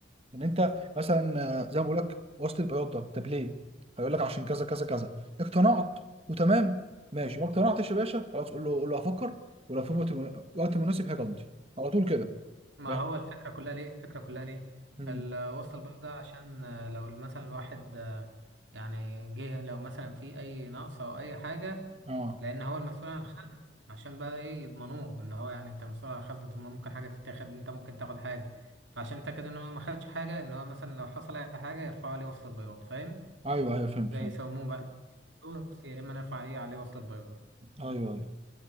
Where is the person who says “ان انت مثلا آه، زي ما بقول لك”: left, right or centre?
Right